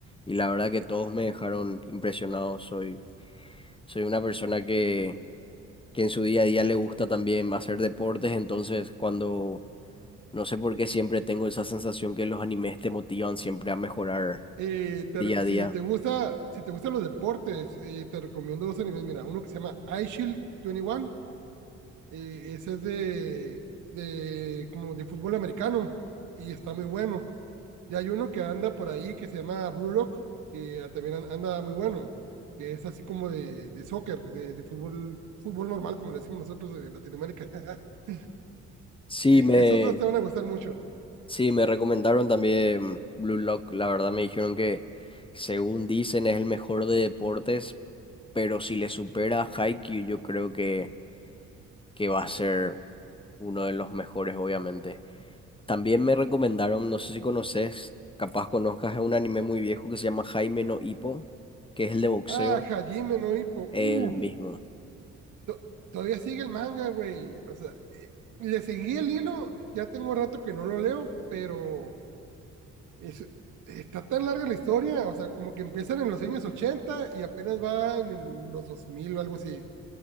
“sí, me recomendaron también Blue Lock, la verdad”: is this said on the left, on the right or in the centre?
Left